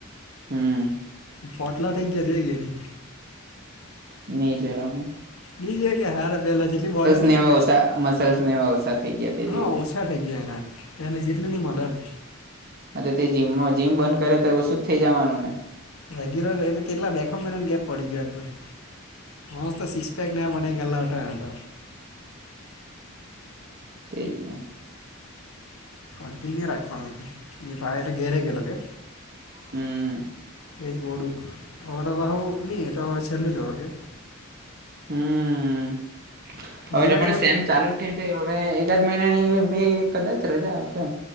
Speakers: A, on the right; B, on the left.
A: હમ્મ.
B: પટલા ઠઈ ગયા છેઈ ગયા ન.
A: ની જોયો મેં.
B: બજ હ હાર. વેલા જેટલી બોડી
A: ને એવા ઓછા મસલ્સ ને એવા ઓછા થઈ ગયા તે
B: હા
A: જોયું
B: ઓછા થઈ ગયા એના. તલે જેટલી નઈ મળે એમ.
A: હ તો તે જીમમાં જીમ બંધ કરે તો ઓછું જ થઇ જવાનું ને.
B: રેગ્યુલર એ કેટલા બેખણ મહિનાની ગેપ પડી ગયો એંદર. મસ્ત તો સીસ પેક નાં બનાઈ ગલા ગટા એ તો.
A: તેજ ને.
B: કન્ટીનુએ રાખવાનું નિની પહે એલે ઘેરે ગેલોગ કે.
A: હમ્મ.
B: એજ બોડુક ઓઢ બાહબુ ન એટ છેલ્નું જરાકે.
A: હમ્મ
B: દિવાળી
A: અરે પણ
B: પર
A: સેમ ચાલુ છે. હવે એકાદ મહિનાની ભી કદાચ રજા આવશે.